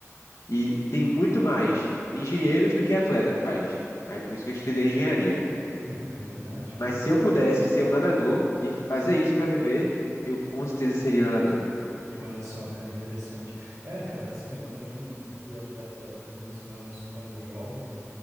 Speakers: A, on the left; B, on the right.
A: E tem muito mais engenheiros do que atleta no país. Aí por isso que eu estudei engenharia.
B: <laughs> é verdade, cara.
A: Mas se eu pudesse ser um nadador e fazer isso para viver, eu com certeza seria um nadador.
B: Olha só, cara, interessante. É, cara, assim, eu também fui atleta por muitos anos quando jovem